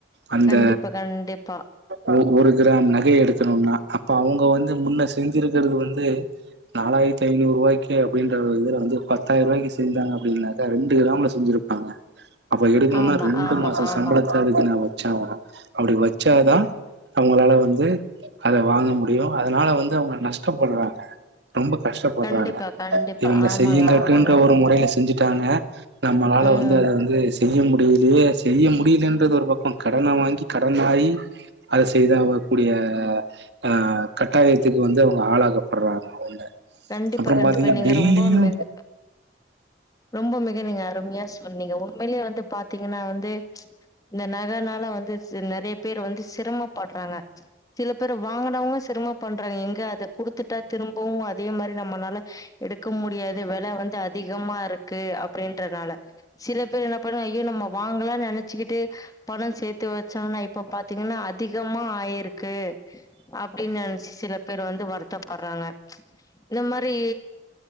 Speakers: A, on the right; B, on the left.
A: அந்த
B: கண்டிப்பா கண்டிப்பா
A: ஒ ஒரு கிராம் நகய எடுக்கணுன்னா அப்ப அவுங்க வந்து முன்ன செஞ்சிருக்கிறது வந்து நாளாயிரத்தி ஐநூ ரூவாய்க்கே அப்டின்ற இதுல வந்து பத்தாயிரரூவாய்க்கி செஞ்சாங்க அப்டின்னாக்க ரெண்டு கிராம்ல செஞ்சிருப்பாங்க அப்ப எடுக்கணுன்னா
B: ஆமா
A: ரெண்டு
B: ஆமா
A: மாச
B: ஆமா
A: சம்பளத் இப்ப அதுக்கு நா வச்சாவுனு அப்டி வச்சாதா அவுங்களால வந்து அத வாங்க முடியும் அதனால வந்து அவுங்க நஷ்டப்பட்றாங்க ரொம்ப கஷ்டப்பட்றாங்க
B: கண்டிப்பா கண்டிப்பா
A: இவுங்க
B: ஆமாங்க
A: செய்யுங்கட்டுன்ற
B: ஆமாங்க
A: ஒரு மொறையில செஞ்சுட்டாங்க நம்மளால
B: ம்
A: வந்து அது வந்துஸ் செய்ய முடியலியே செய்ய முடியலன்றது ஒரு பக்கோ கடன வாங்கி கடன் ஆயி அத செய்தாவக்கூடிய ஆ கட்டாயத்துக்கு வந்து அவுங்க ஆளாகப்பட்றாங்க அவுங்க
B: கண்டிப்பா
A: அப்றோ
B: கண்டிப்பா
A: பாத்தீங்க
B: நீங்க
A: டெல்லியு
B: ரொம்ப மிகு ரொம்ப மிக நீங்க அருமையா சொன்னீங்க உண்மையிலே வந்து பாத்தீங்கன்னா வந்து ம்ச் இந்த நகனால வந்து நெறைய பேரு வந்து சிரமப்பட்றாங்க சில பேர் வாங்குனவுங்களு சிரமப் பண்றாங்க எங்க அத குடுத்துட்டா திரும்பவு அத் தே மாரி நம்மனால எடுக்க முடியாது வெல வந்து அதிகமா இருக்கு அப்டின்றனால சில பேரு என்ன பண்ணுவா ஐயோ நம்ம வாங்கலானு நெனைச்சுகிட்டு பணோ சேத்து வச்சாங்னா இப்ப பாத்தீங்ன்னா அதிகமா ஆயிருக்கு அப்டின் நனச்சு சில பேர் வந்து வருத்தப்பட்றாங்க ம்ச் இந்த மாரி